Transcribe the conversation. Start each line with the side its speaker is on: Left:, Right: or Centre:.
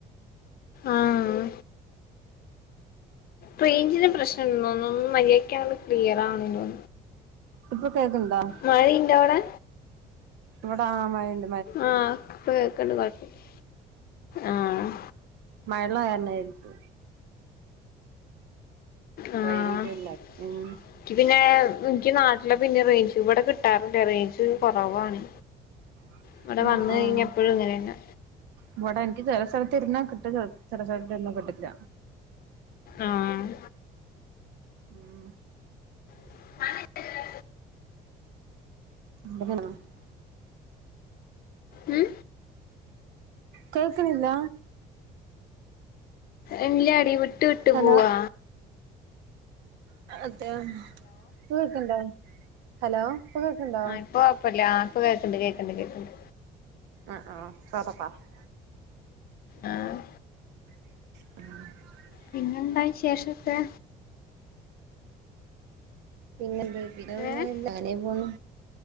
Left: ആഹ് റേഞ്ചിന്റെ പ്രശ്നൊണ്ടെന്ന് തോന്ന്ന്നു ഒന്നും മര്യാദക്കങ്ങ്ട് ക്ലിയറാകുന്നില്ല
Right: ഇപ്പൊ കേൾക്കണണ്ടോ?
Left: മഴ ഇന്റൊ അവിടെ
Right: ഇവിടെ ആഹ് മഴയ്ണ്ട്
Left: ആഹ് ഇപ്പ കേക്കണ്ട് കുഴപ്പമൊന്നുമില്ല ആഹ്
Right: മഴയുള്ള കാരണമായിരിക്കും
Left: ആഹ്
Right: റേഞ്ച്
Left: എനിക്ക്
Right: ഇല്ലാത്തെ ഉം
Left: പിന്നെ എനിക്ക് നാട്ടിലെ പിന്നെ റേഞ്ച് ഇവിടെ കിട്ടാറില്ലേ റേഞ്ച് കുറവാണ്
Right: <inaudible>
Left: ഇവിടെ
Right: ആഹ്
Left: വന്ന്
Right: ആഹ്
Left: കഴിഞ്ഞാ എപ്പോഴും ഇങ്ങനെന്നെ
Right: ഇവിടെ എനിക്ക് ചെലസ്ഥലത്തിരുന്നാ കിട്ടും ചെലസ്ഥലത്തിരുന്നാ കിട്ടില്ല
Left: ആഹ്
Right: ഉം
Left: <unintelligible>
Right: <unintelligible>
Left: ഉം
Right: കേൾക്കണില്ല
Left: ഇല്ലാടി വിട്ട് വിട്ട്
Right: ഹലോ
Left: പോവ്വാ
Right: <unintelligible> നീ കേൾക്ക്ണ്ടോ ഹലോ ഇപ്പ കേക്ക്ണ്ടോ
Left: ആഹ് ഇപ്പൊ കുഴപ്പമില്ല ആ ഇപ്പൊ കേൾക്കണ്ട് കേൾക്കണ്ട് കേൾക്കണ്ട്
Right: ആഹ് ആഹ് <unintelligible>
Left: ആഹ്
Right: <unintelligible>
Left: പിന്നെന്താ വിശേഷൊക്കെ
Right: പിന്നെ എന്ത് പിന്നെ ഒന്നൂല്ല
Left: ഏഹ്
Right: അങ്ങനെ പോണു